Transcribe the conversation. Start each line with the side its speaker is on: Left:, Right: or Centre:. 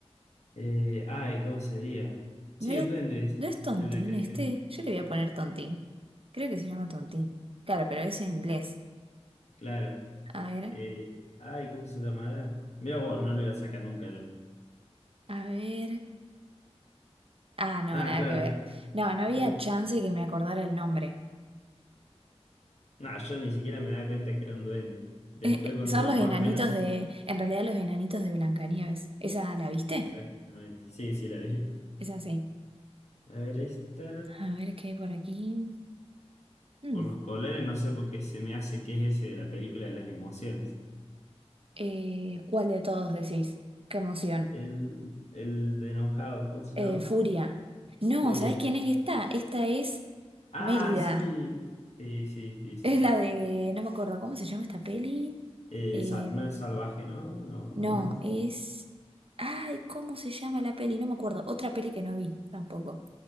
Left: Eh, ay, ¿cómo sería? Sí,
Right: ¿No era,
Left: un duende es,
Right: no es Tontín
Left: de Blancanieves.
Right: este? Yo le voy a poner Tontín. Creo que se llama Tontín. Claro, pero es en inglés.
Left: Claro.
Right: A ver,
Left: Eh, ay, ¿cómo se llamará? Mira vos, no lo iba a sacar nunca yo.
Right: a ver. Ah, no,
Left: Ah,
Right: nada
Left: claro.
Right: que ver. No, no había
Left: Dupi.
Right: chance que me acordara el nombre.
Left: No, yo ni siquiera me daba cuenta que era un duende. Después
Right: Eh,
Left: cuando
Right: eh, son los
Left: más
Right: enanitos
Left: o menos...
Right: de, en realidad los enanitos de Blancanieves. ¿Esa la viste?
Left: Exactamente. Sí, sí, la vi.
Right: Es así.
Left: A ver, esta.
Right: A ver qué hay por aquí. Mm.
Left: Por los colores, no sé por qué se me hace que es ese de la película de las emociones.
Right: Eh, ¿cuál de todos decís? Qué emoción.
Left: El, el de enojado, ¿cómo se
Right: Eh,
Left: llama?
Right: Furia. No,
Left: Furia.
Right: ¿sabés quién es esta? Esta es
Left: Ah,
Right: Mérida.
Left: sí. Sí, sí, sí, sí.
Right: Es la de. No me acuerdo cómo se llama esta peli.
Left: Eh,
Right: Eh,
Left: sa- no es salvaje, ¿no? No,
Right: no,
Left: ¿cómo es?
Right: es. Ay, ¿cómo se llama la peli? No me acuerdo. Otra peli que no vi tampoco.